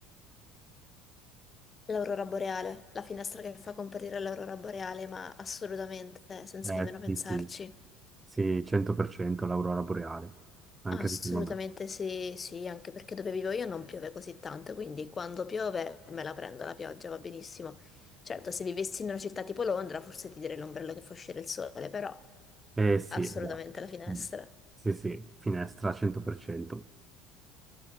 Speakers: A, on the left; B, on the right.
A: L'aurora boreale, la finestra che fa comparire l'aurora boreale, ma assolutamente, senza
B: Eh,
A: nemmeno pensarci.
B: sì, sì, sì, 100% l'aurora boreale, anche
A: Assolutamente
B: secondo me.
A: sì, sì, anche perché dove vivo io non piove così tanto, quindi quando piove me la prendo la pioggia, va benissimo. Certo, se vivessi in una città tipo Londra, forse ti direi l'ombrello che fa uscire il sole, però
B: Eh sì,
A: assolutamente
B: va.
A: la finestra.
B: Mm. Sì, sì, finestra 100%.